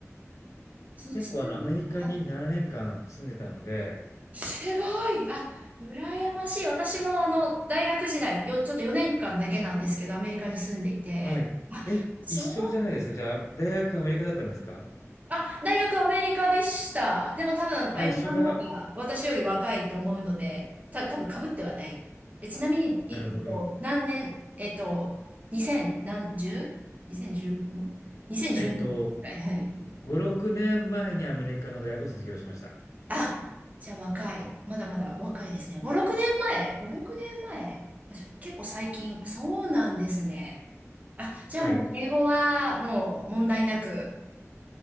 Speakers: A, on the right (about 30°); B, on the left (about 75°).
A: その通
B: 結構あのアメリカに7年間住んでたので、
A: 訳はい。すごい。あ、羨ましい。私もあの、大学時代、よ、ちょっと4年間だけなんですけど、アメリカに住んでいて。
B: はい。え、
A: そう。
B: 一緒じゃないですか？じゃあ、大学アメリカだったんですか？
A: あ、大学アメリカでした。でも多分、
B: あ、
A: あゆみさんの方が私より若いと思うので、
B: 一緒だ。
A: た、多分被ってはない。え、ちなみに、
B: なるほど。
A: いえっと、何年、えっと、2 0何、1 0 2 0 1ん ?2012
B: えっと、
A: くらい、はい。
B: 5、6年前にアメリカの大学を卒業しました。
A: あ、じゃあ若い。まだまだお若いですね。5、6年前 ?5、6年前あ、ちょ結構最近。そうなんですね。あ、じゃあもう英語はもう問題なく。
B: はい。